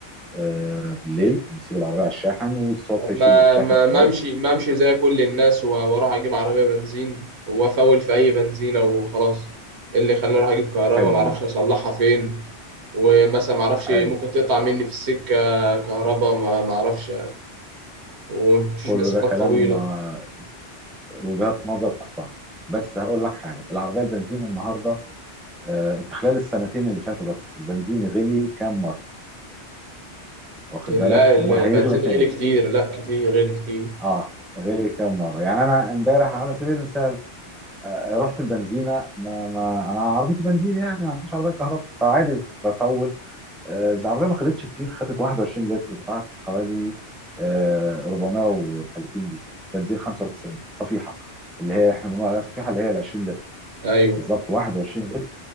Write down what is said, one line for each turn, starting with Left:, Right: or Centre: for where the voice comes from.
Centre: آه، بالليل بيسيب العربيه على الشاحن والصبح
Right: طب
Centre: يشيل
Right: ما
Centre: الشاحن
Right: ما
Centre: خلاص
Right: ما امشي ما امشي زي كل الناس و- واروح اجيب عربية بنزين وافول في اي بنزينة وخلاص إيه اللي خلاني اروح اجيب كهرباء
Centre: حلو
Right: ما اعرفش اصلحها فين ومثلا ما اعرفش
Centre: حلو
Right: ممكن تقطع مني في السكة كهرباء ما ما اعرفش ومفيش
Centre: كله
Right: مسافات
Centre: ده كلام
Right: طويلة
Centre: آه، وجهات نظر تحترم بس هقول لك حاجه العربيه البنزين النهارده آه، انت خلال السنتين اللي فاتوا بس البنزين غلي كام مره واخد
Right: لا
Centre: بالك
Right: ال-
Centre: وهيغلى
Right: البنزين
Centre: تاني
Right: غالي كتير لا كتير غالي كتير
Centre: اه غلي كام مره يعني انا امبارح على سبيل المثال آه، رحت البنزينه ما, ما انا عربيتي بنزين يعني ما عنديش عربيه كهرباء فعادي بفول آه، العربيه ما خدتش كتير خدت 21 لتر دفعت حوالي آه، 430 جنيه بنزين 95 صفيحه اللي هي احنا بنقول عليها صفيحه اللي هي ال 20 لتر
Right: ايوه
Centre: بالظبط 21 لتر